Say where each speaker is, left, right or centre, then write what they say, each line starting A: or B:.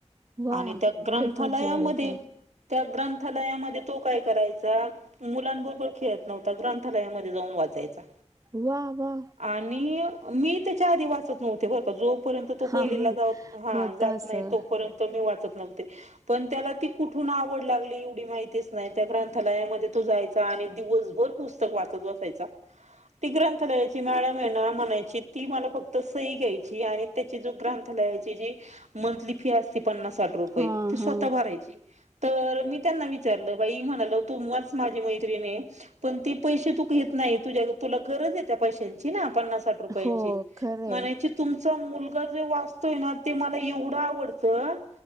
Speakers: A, on the right; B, on the right.
A: वा
B: आणि त्या ग्रंथालयामध्ये
A: खूपच जवळ होत
B: त्या ग्रंथालयामध्ये तो काय करायचा मुलांनबरोबर खेळत नव्हता ग्र थालयामध्ये जाऊन वाचायचा.
A: वा! वा!
B: आणि मी त्याच्या आधी वाचत नव्हते बरं का जोपर्यंत तो
A: हा
B: पहिलीला
A: हा
B: जाऊ हा
A: होत
B: जात
A: असं
B: नाही तोपर्यंत मी वाचत नव्हते पण त्याला ती कुठून आवड लागली एवढी माहितीच नाही त्या ग्रंथालयामध्ये तो जायचा आणि दिवसभर पुस्त स्तक वाचत बसायचा ती ग्रंथालयाची मॅडम आहे ना म्हणायची ती मला फक्त सही घ्यायची आणि त्याची जी ग्रंथालयची जी मंथली फी अस ती पन्नास साठ रुपये
A: हा
B: ती स्वतः
A: हा
B: भरायची तर मी त्यांना विचारलं बाई म्हणाल तुम्हाच माझी मैत्रिणी आहे पण ते पैसे तू घेत नाही तुझ्या तुला गरज आहे त्या पैशांची ना पन्नास साठ रुपयांची
A: हो खरंय
B: म्हणायची तुमचा मुलगा जे वाचतोय ना ते मला एवढं आवडतं